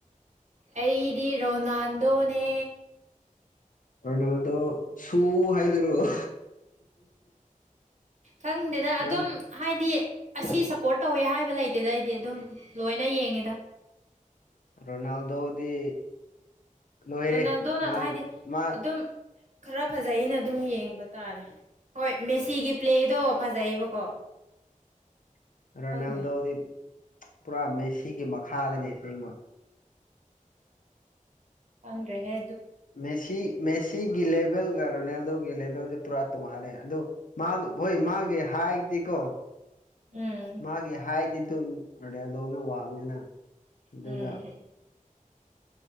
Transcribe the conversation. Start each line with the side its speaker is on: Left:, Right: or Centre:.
Right: ꯑꯩꯗꯤ ꯔꯣꯅꯥꯜꯗꯣꯅꯦ
Left: ꯑꯣꯔꯅꯥꯗꯣ ꯁꯨ ꯍꯥꯏꯗꯨꯔꯣꯑꯣ
Right: ꯈꯪꯗꯦꯗ
Left: ꯔꯣꯟ
Right: ꯑꯗꯨꯝ ꯍꯥꯏꯗꯤ ꯑꯁꯤ ꯁꯞꯄꯣꯔꯠ ꯇꯧꯋꯦ ꯍꯥꯏꯕ ꯂꯩꯇꯦꯗ ꯑꯩꯗꯤ ꯑꯗꯨꯝ ꯂꯣꯏꯅ ꯌꯦꯡꯉꯤꯗ
Left: ꯔꯣꯅꯥꯜꯗꯣꯗꯤ ꯂꯣꯏꯔꯦ
Right: ꯔꯣꯅꯥꯜꯗꯣꯅ
Left: ꯃꯥꯒꯤ
Right: ꯍꯥꯏꯗꯤ
Left: ꯃꯥ
Right: ꯑꯗꯨꯝ ꯈꯔ ꯐꯖꯩꯅ ꯑꯗꯨꯝ ꯌꯦꯡꯕ ꯇꯥꯔꯦ ꯍꯣꯏ ꯃꯦꯁꯤꯒꯤ ꯄ꯭ꯂꯦꯗꯣ ꯐꯖꯩꯌꯦꯕꯀꯣ
Left: <unintelligible> ꯔꯣꯅꯥꯜꯗꯣꯗꯤ
Right: ꯈꯪꯗꯦ
Left: ꯄꯨꯔꯥ ꯃꯦꯁꯤꯒꯤ ꯃꯈꯥꯗꯅꯦꯁꯦꯡꯕ
Right: ꯈꯪ꯭ꯗꯔꯦ ꯍꯦ
Left: ꯃꯦꯁꯤ ꯃꯦꯁꯤꯒꯤ ꯂꯦꯚꯦꯜꯒ ꯔꯣꯅꯥꯜꯗꯣꯒꯤ ꯂꯦꯚꯦꯜꯁꯦ ꯄꯨꯔꯥ ꯇꯣꯡꯉꯥꯜꯂꯦ ꯑꯗꯣ ꯃꯥꯒꯤ ꯍꯣꯏ ꯃꯥꯒꯤ ꯍꯥꯏꯠꯇꯤꯀꯣ
Right: ꯎꯝ
Left: ꯃꯥꯒꯤ ꯍꯥꯏꯠꯇꯤ ꯑꯗꯨꯝ ꯑꯔꯗꯤꯌꯥꯗꯧꯅ ꯋꯥꯡꯉꯤꯅ ꯑꯗꯨꯒ
Right: ꯎꯝ